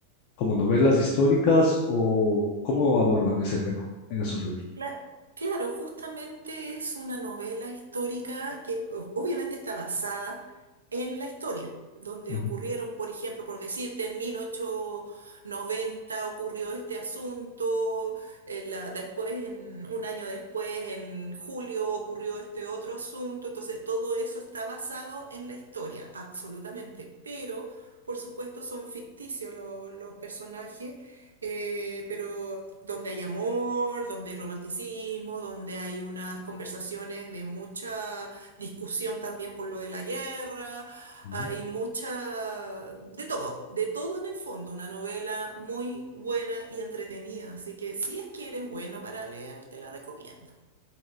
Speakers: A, on the left; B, on the right.
A: como novelas históricas o cómo abordan ese tema en esos libros?
B: Cla- claro, justamente es una novela histórica que o- obviamente está basada en la historia, donde
A: Ujú,
B: ocurrieron, por ejemplo, por decirte, en mil ochocientos noventa ocurrió este asunto, en la- después, en, un año después, en julio ocurrió este otro asunto, entonces todo eso está basado en la historia, absolutamente, pero por supuesto son ficticios lo- los personajes. Eh, pero donde hay amor, donde hay romanticismo, donde hay unas conversaciones de mucha discusión también por lo de la guerra,
A: ujú.
B: hay mucha, de todo, de todo en el fondo, una novela muy buena y entretenida, así que si es que eres bueno para leer, te la recomiendo.